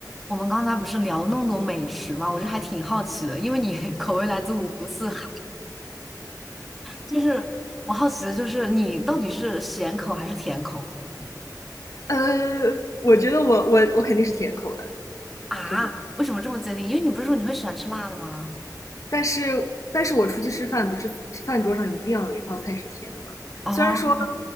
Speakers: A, in the centre; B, on the left.
A: 我们刚才不是聊了那么多美食嘛，我就还挺好奇的，因为你 <laughs> 口味来自五湖四海，就是我好奇的就是你到底是咸口还是甜口
B: 呃，我觉得我我我肯定是甜口的，
A: 啊？
B: 说实话。
A: 为什么这么坚定？因为你不是说你会喜欢吃辣的吗？
B: 但是但是我出去吃饭，不是饭桌上一定要有一套菜是甜的嘛？
A: 哦，
B: 虽然说，